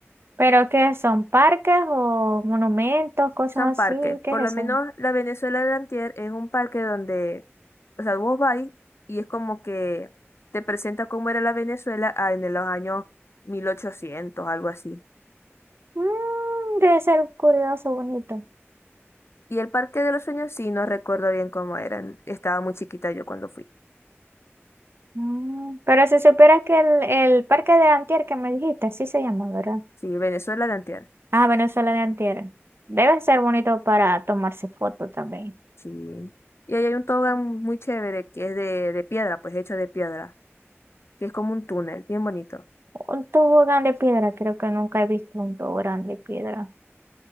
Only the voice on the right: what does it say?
¿Pero qué son? ¿Parques o monumentos, cosas
así?
¿Qué
es
eso?
Mm, debe ser curioso, bonito.
Mm, Pero si supieras que el, el parque de Antier que me dijiste, sí se llama, ¿verdad?
Ah, Venezuela de Antier. Debe ser bonito para tomarse fotos también.
Un tobogán de piedra, creo que nunca he visto un tobogán de piedra.